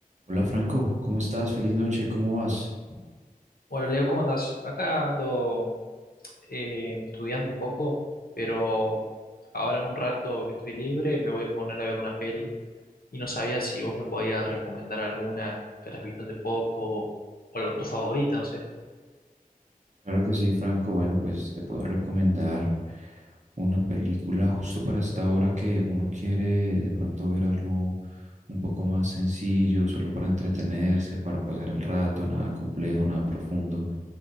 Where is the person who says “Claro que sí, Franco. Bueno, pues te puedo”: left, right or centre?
Right